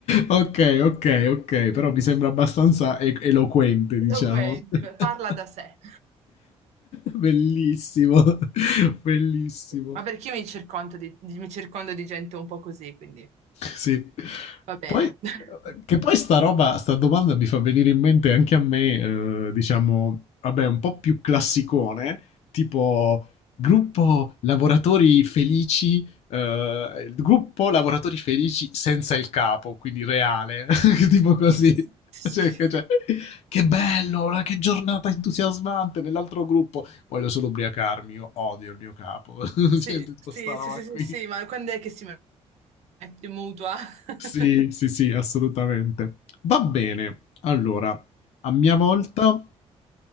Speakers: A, on the left; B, on the right.
A: ok, ok, ok, però mi sembra abbastanza e- eloquente, diciamo.
B: <laughs> Eloquente,
A: <laughs>
B: parla da sé.
A: Bellissimo, <laughs> bellissimo.
B: Ma perché io mi circondo di, di- mi circondo di gente un po' così, quindi
A: Sì.
B: va bene.
A: Poi,
B: <laughs>
A: che poi sta roba, sta domanda mi fa venire in mente anche a me, eh, diciamo, vabbè, un po' più classicone, tipo gruppo lavoratori felici, eh, il gruppo lavoratori felici senza il capo, quindi reale, <laughs> tipo così.
B: Sì, sì,
A: Cioè,
B: sì,
A: cioè, che bello, ora che giornata entusiasmante nell'altro gruppo. Voglio solo ubriacarmi, io odio il mio capo. <laughs>
B: sì,
A: cioè, tutta
B: sì,
A: sta roba
B: sì, sì, sì,
A: qui.
B: sì, sì, ma quando è che si mette in mutua? <laughs>
A: Sì, sì, sì, assolutamente. Va bene. Allora, a mia volta,